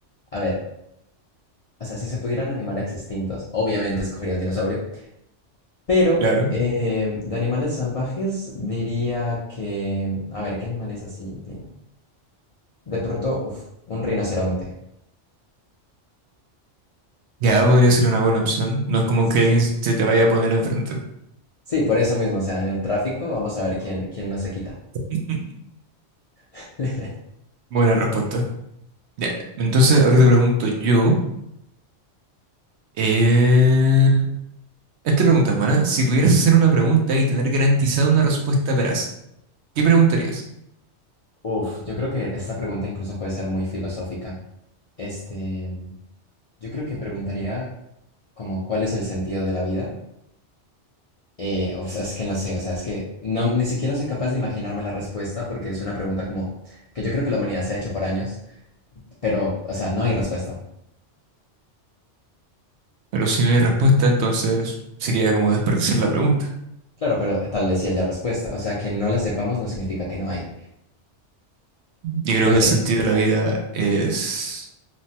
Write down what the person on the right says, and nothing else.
Claro.
Ya podría ser una buena opción. No es como
que
alguien se te vaya a poner enfrente.
<laughs>
Buena respuesta. Ya, entonces ahora te pregunto yo. eh, Esta pregunta es buena. Si pudieras hacer una pregunta y tener garantizada una respuesta veraz, ¿qué preguntarías?
Pero si no hay respuesta, entonces sería como desperdiciar la pregunta.
Yo creo
que el
sentido de la vida es